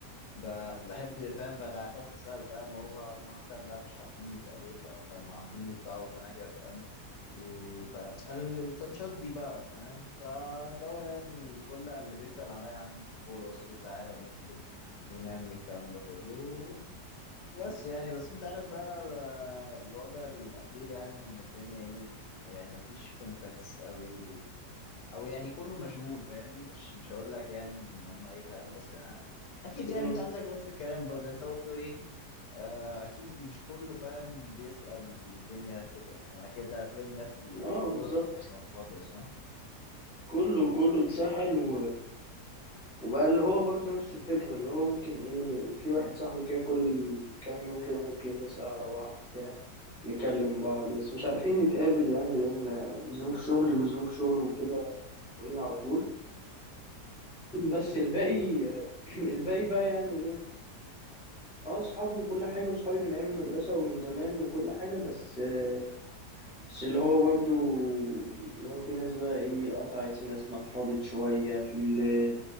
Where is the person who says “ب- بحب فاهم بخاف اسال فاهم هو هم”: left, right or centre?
Left